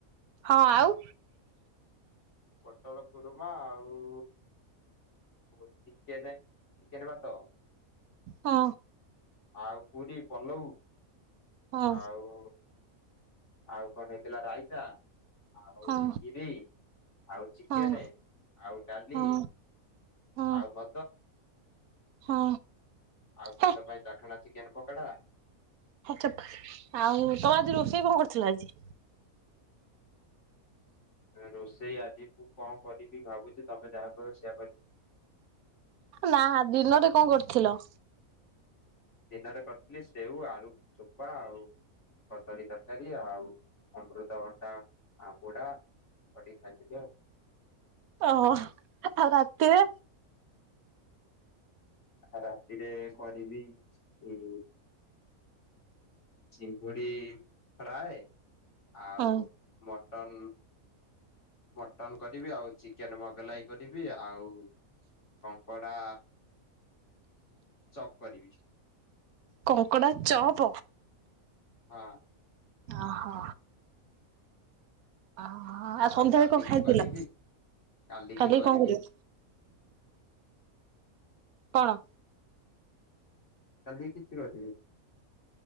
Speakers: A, on the right; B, on the left.
A: ହଁ ଆଉ।
B: ପୋଟଳ କୁରୁମା ଆଉ ଓ ଚିକେନ୍ ଚିକେନ ଭାତ
A: ହଁ।
B: ଆଉ ପୁରୀ ପଲଉ
A: ହଁ
B: ଆଉ ଆଉ କଣ ହେଇଥିଲା ରାଇତା। ଆଉ
A: ହଁ
B: ଖିରି ଆଉ ଚିକେନ
A: ହଁ
B: ଆଉ ଡାଲି।
A: ହଁ ହଁ
B: ଆଉ <inaudible>
A: ହଁ।
B: ଆଉ ମଦ
A: ହେ
B: ପାଇଁ ଚାଖଣା ଚିକେନ ପକଡା।
A: ହେ ଚୁପ ଆଉ ତମର ଆଜି ରୋଷେଇ କଣ କରିଥିଲ ଆଜି?
B: ରୋଷେଇ ଆଜି ମୁଁ କଣ କରିବି ଭାବୁଛି ତମେ ଯାହା କହିବ ସେଇଆ କରିବି।
A: ନା ଦିନରେ କଣ କରିଥିଲ?
B: ଦିନରେ କରିଥିଲି ସେଉ ଆଳୁ ଛୋପା ଆଉ କଦଳୀ ତରକାରୀ ଆଉ ଅମୃତଭଣ୍ଡା ପୋଡା ଚକଡ଼ିକି ଖାଇଥିଲି ଆଉ।
A: ଏ ହଁ ଓ ରାତିରେ?
B: ଆ ରାତିରେ କରିବି ଇ ଚିଙ୍ଗୁଡ଼ି ଫ୍ରାଏ ଆଉ
A: ହଁ
B: ମଟନ ମଟନ କରିବି ଆଉ ଚିକେନ ମଗଲାଇ କରିବି ଆଉ କଙ୍କଡା ଚକ୍ କରିବି।
A: କଙ୍କଡା ଚପ।
B: ହଁ।
A: ଓହୋ। ଓହୋ ଆଉ ସନ୍ଧ୍ୟାବେଳେ
B: କାଲିକି
A: କଣ ଖାଇଥିଲ,
B: କରିବି କାଲିକି
A: ଖାଲିକି
B: କରିବି
A: କଣ କରିବ? କଣ?
B: କାଲି କିଛି କରିବି